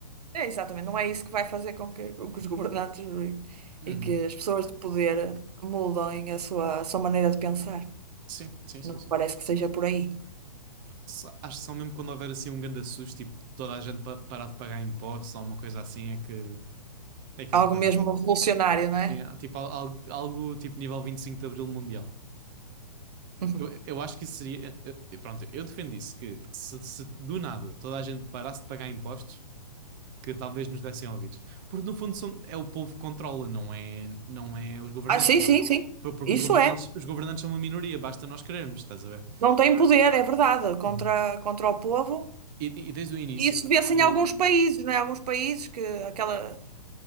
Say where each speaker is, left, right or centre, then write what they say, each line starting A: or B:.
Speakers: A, on the right (about 65°); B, on the right (about 30°).
A: É, exatamente, não é isso que vai fazer com que, com que os governantes e
B: Uhum.
A: e que as pessoas de poder mudem a sua, a sua maneira de pensar.
B: Sim, sim, sim,
A: Não
B: sim.
A: parece que seja por aí.
B: só- acho que só mesmo quando houver assim um grande susto, tipo, toda a gente pa- parar de pagar impostos ou uma coisa assim, é que, é que
A: Algo
B: vai correr
A: mesmo
B: mal.
A: revolucionário, não é?
B: E, ah, tipo, al- al- algo, tipo nível 25 de Abril Mundial.
A: Uhum.
B: Eu, eu acho que isso seria. eu- eu- Pronto, eu defendo isso, que se, se do nada toda a gente parasse de pagar impostos, que talvez nos dessem ouvidos. Porque no fundo são- é o povo que controla, não é, não é os governantes.
A: Ah, sim, sim, sim.
B: Por- Porque
A: Isso
B: os governantes,
A: é.
B: os governantes são uma minoria, basta nós querermos, estás a ver?
A: Não tem poder, é verdade, contra,
B: Uhum.
A: contra o povo.
B: E, e desde o início,
A: E isso vê-se
B: o...
A: em alguns países,
B: o-
A: não é? Alguns países que aquela,